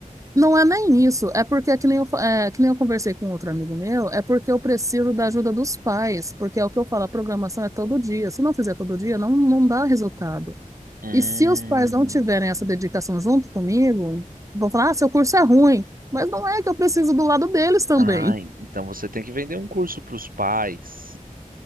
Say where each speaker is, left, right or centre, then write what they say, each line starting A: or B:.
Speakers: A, on the right; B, on the right.
A: não é nem isso, é porque é que nem eu, fa- é, que nem eu conversei com outro amigo meu, é porque eu preciso da ajuda dos pais, porque é o que eu falo, a programação é todo dia. Se não fizer todo dia, não, não dá resultado.
B: Hum.
A: E se os pais não tiverem essa dedicação junto comigo, vão falar: ah, seu curso é ruim. Mas não é que eu preciso do lado deles também.
B: Ah, então você tem que vender um curso para os pais.